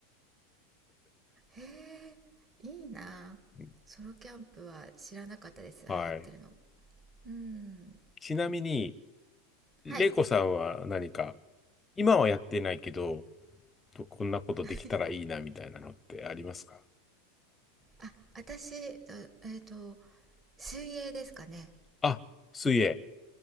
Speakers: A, on the right (about 25°); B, on the left (about 20°).
A: へえいいなソロキャンプは知らなかったです流行ってるの
B: うんはい。
A: うん
B: ちなみに、レイコさんは何か、
A: はい
B: 今はやってないけど、とこんなことできたらいいなみたいなのってありますか
A: <laughs> あ私あえっ、と水泳ですかね
B: あ、水泳。